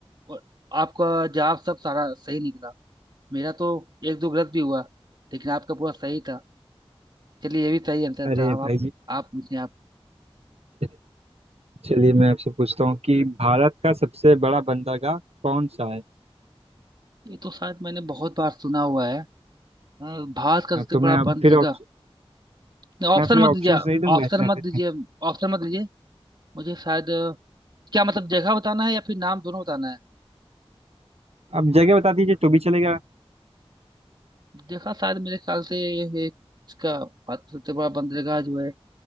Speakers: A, on the right; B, on the right.
A: और आपका जवाब सब सारा सही निकला मेरा तो एक दो गलत भी हुआ लेकिन आपका पूरा सही था चलिए ये भी सही आंसर
B: अरे
A: था अब आप
B: भाई
A: आप पूछिए आप
B: जी चलिए मैं आपसे पूछता हूँ कि भारत का सबसे बड़ा बंदरगाह कौन सा है
A: ये तो शायद मैंने बहुत बार सुना हुआ है अ, भारत का
B: हाँ,
A: सबसे
B: तो मैं
A: बड़ा
B: अब
A: बंद
B: फिर
A: जगह
B: ऑप्श-
A: नहीं, ऑप्शन
B: मैं फिर
A: मत
B: ऑप्शंस
A: दीजिए
B: नहीं दूंगा
A: ऑप्शन
B: इसमें
A: मत
B: फिर
A: दीजिए ऑप्शन मत दीजिए मुझे शायद अ, क्या मतलब जगह बताना है या फिर नाम दोनों बताना है
B: आप जगह बता दीजिए तो भी चलेगा
A: जगह शायद मेरे ख्याल से ये- इसका भारत का सबसे बड़ा बंद जगह जो है